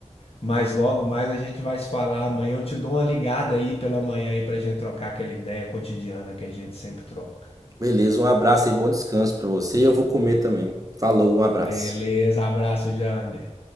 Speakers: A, on the left; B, on the right.
A: Mas logo mais a gente vai se falar amanhã. Eu te dou uma ligada aí pela manhã aí pra gente trocar aquela ideia cotidiana que a gente sempre troca.
B: Beleza, um abraço e bom descanso pra você. E eu vou comer também. Falou, um abraço.
A: Beleza, abraço, Jander.